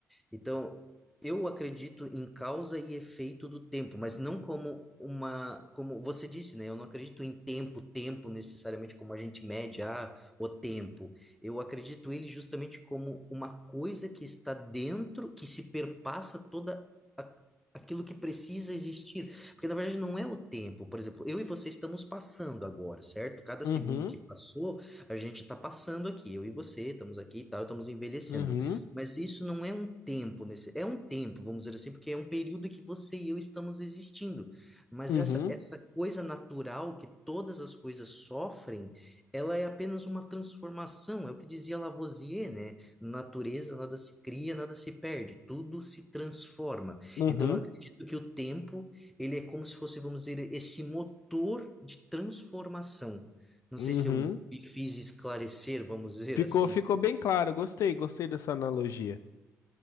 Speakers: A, in the centre; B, on the left.
A: Então, eu acredito em causa e efeito do tempo, mas não como uma, como você disse, né? Eu não acredito em tempo, tempo necessariamente como a gente mede, ah, o tempo. Eu acredito ele justamente como uma coisa que está dentro, que se perpassa toda a- aquilo que precisa existir. Porque na verdade não é o tempo. Por exemplo, eu e você estamos passando agora, certo? Cada
B: Uhum,
A: segundo que passou, a gente está passando aqui. Eu e você estamos aqui e tal, estamos envelhecendo.
B: uhum,
A: Mas isso não é um tempo, nesse, é um tempo, vamos dizer assim, porque é um período que você e eu estamos existindo. Mas
B: uhum,
A: essa, essa coisa natural que todas as coisas sofrem, ela é apenas uma transformação, é o que dizia Lavoisier, né? Natureza, nada se cria, nada se perde, tudo se transforma.
B: uhum,
A: Então, eu acredito que o tempo, ele é como se fosse, vamos dizer, esse motor de transformação. Não
B: uhum.
A: sei se eu me fiz esclarecer, vamos dizer
B: Ficou,
A: assim.
B: ficou bem claro, gostei, gostei dessa analogia.